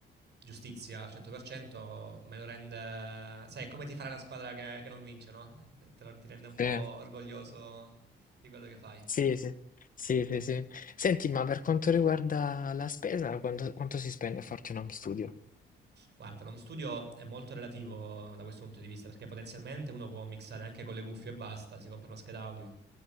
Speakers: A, on the right; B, on the left.
A: giustizia al 100% me lo rende... Sai, è come ti farà la squadra che, che non vince, no? Te lo, ti rende un po'
B: sì.
A: orgoglioso di quello che fai.
B: Sì, sì, sì, sì, sì. Senti, ma per quanto riguarda la spesa, quanto, quanto si spende a farti un home studio?
A: Guarda, l'home studio è molto relativo da questo punto di vista, perché potenzialmente uno può mixare anche con le cuffie e basta, si compra una scheda audio.